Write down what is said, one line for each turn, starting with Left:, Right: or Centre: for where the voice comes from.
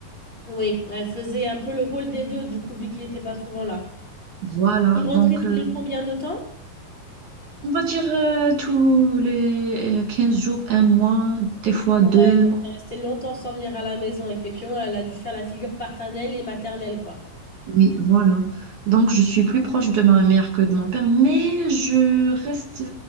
Left: Oui, elle faisait un peu le rôle des deux, du coup, vu qu'il n'était pas souvent là.
Right: Voilà,
Left: Il rentrait
Right: donc
Left: tous
Right: euh,
Left: les combien de temps?
Right: on va dire euh, tous les euh, 15 jours, un mois, des fois
Left: Ouais,
Right: deux.
Left: donc elle restait longtemps sans venir à la maison. Effectivement, elle a dû faire la figure paternelle et maternelle, quoi.
Right: Oui, voilà. Donc, je suis plus proche de ma mère que de mon père, mais je reste